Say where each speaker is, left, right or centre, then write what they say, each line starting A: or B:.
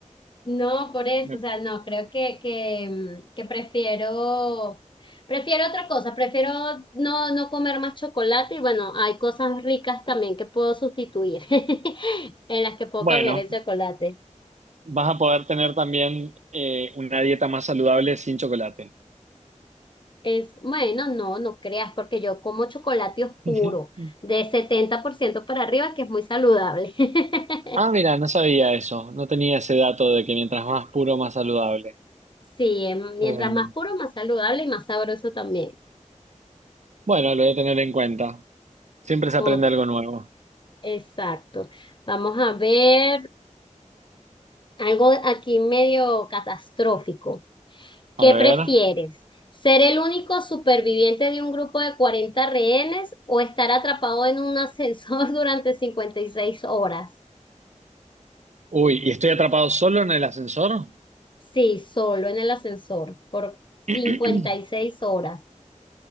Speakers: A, on the left; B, on the right.
A: No, por
B: <laughs>
A: eso,
B: Me-
A: o sea, no, creo que, que, mm, que prefiero, prefiero otra cosa, prefiero no, no comer más chocolate y bueno, hay cosas ricas también que puedo sustituir, <laughs> en las que puedo
B: Bueno,
A: cambiar el chocolate.
B: vas a poder tener también eh, una dieta más saludable sin chocolate.
A: Es, bueno, no, no creas, porque yo como chocolate oscuro
B: <laughs>
A: de 70% para arriba, que es muy saludable. <laughs>
B: Ah, mira, no sabía eso, no tenía ese dato de que mientras más puro, más saludable.
A: Sí, em, mientras
B: Eh,
A: más puro, más saludable y más sabroso también.
B: Bueno, lo voy a tener en cuenta. Siempre se
A: Ok,
B: aprende algo nuevo.
A: exacto. Vamos a ver algo aquí medio catastrófico. ¿Qué
B: A ver.
A: prefieres? ¿Ser el único superviviente de un grupo de 40 rehenes o estar atrapado en un ascensor <laughs> durante 56 horas?
B: Uy, ¿y estoy atrapado solo en el ascensor?
A: Sí, solo en el ascensor por
B: <clears throat>
A: cincuenta y seis horas.